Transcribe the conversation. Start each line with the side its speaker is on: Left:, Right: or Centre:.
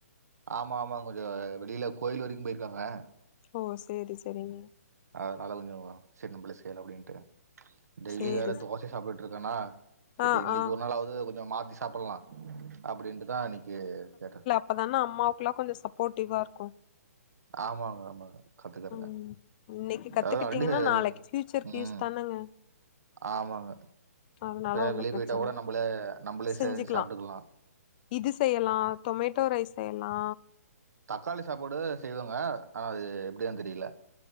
Right: ஆமா ஆமா கொஞ்சம் வெளியில கோயில் வரைக்கும் போயிருக்காங்க
Left: ஓ சேரி செரிங்க
Right: அதனால கொஞ்சம் செர் நம்பளே செய்லா அப்டின்ட்டு டெய்லி
Left: சேரி
Right: வேற தோசை சாப்புட்ருக்கனா செரி
Left: ஆ
Right: இன்னைக்கி
Left: ஆ
Right: ஒரு நாளாவ்து கொஞ்சம் மாத்தி சாப்பல்லா அப்டின்ட்டுதா அன்னைக்கி கேட்ட
Left: அப்ப தானா அம்மாவுக்லா கொஞ்சோ சப்போர்டிவா இருக்கும்
Right: ஆமாங்க ஆமாங்க கத்துக்கறங்க
Left: ம் இன்னைக்கு கத்துக்கிட்டீங்கன்னா
Right: அதாவ்து
Left: நாளைக்கு ஃபியூச்சருக்கு
Right: ம்
Left: யூஸ் தானங்க
Right: ஆமாங்க எப்பயா
Left: அதனால ஒன்னு
Right: வெளிய
Left: பிரச்சன
Right: போயிட்டா கூட நம்பளே நம்பளே
Left: செஞ்சுக்கலா
Right: சேஞ் சாப்ட்டுக்கலா
Left: இது செய்யலா டொமேட்டோ ரைஸ் செய்யலா
Right: தக்காளி சாப்பாடு செய்வாங்க ஆனா அது எப்டிதா தெரியல